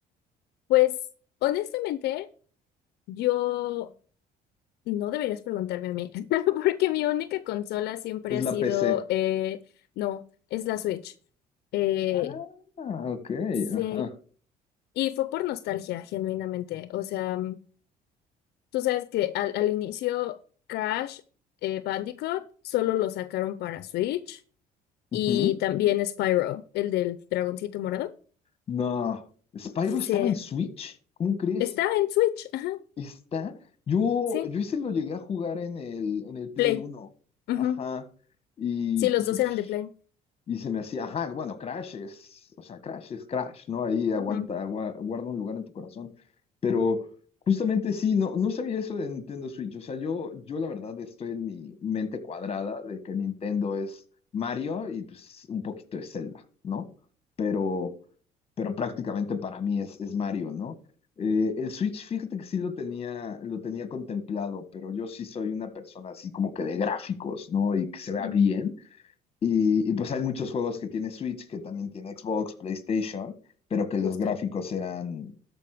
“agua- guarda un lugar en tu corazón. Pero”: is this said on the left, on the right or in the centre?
Left